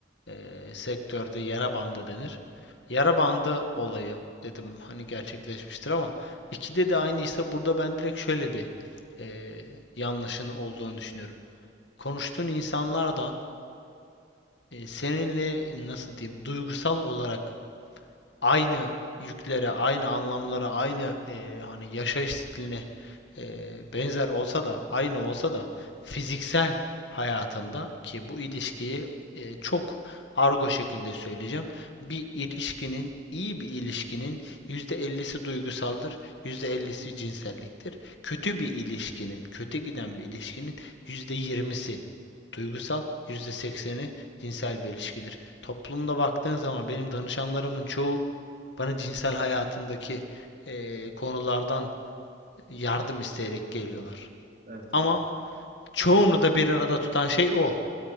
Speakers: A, on the left (about 80°); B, on the right (about 50°).
A: eee, sektörde yara bandı denir. Yara bandı olayı dedim hani gerçekleşmiştir ama ikide de aynıysa burada ben direkt şöyle bir eee yanlışın olduğunu düşünüyorum. Konuştuğun insanlar da e, seninle nasıl diyeyim duygusal olarak aynı yüklere, aynı anlamlara, aynı e, hani yaşayış stiline e, benzer olsa da, aynı olsa da fiziksel hayatında ki bu ilişkiyi
B: Hı
A: e,
B: hı.
A: çok argo şekilde söyleyeceğim. Bir ilişkinin, iyi bir ilişkinin %50'si duygusaldır, %50'si cinselliktir. Kötü bir ilişkinin, kötü giden bir ilişkinin yüzde yirmisi duygusal, yüzde sekseni cinsel bir ilişkidir. Toplumda baktığın zaman benim danışanlarımın çoğu bana cinsel hayatındaki eee, konulardan yardım isteyerek geliyorlar.
B: Evet
A: Ama
B: evet.
A: çoğunu da bir arada tutan şey o.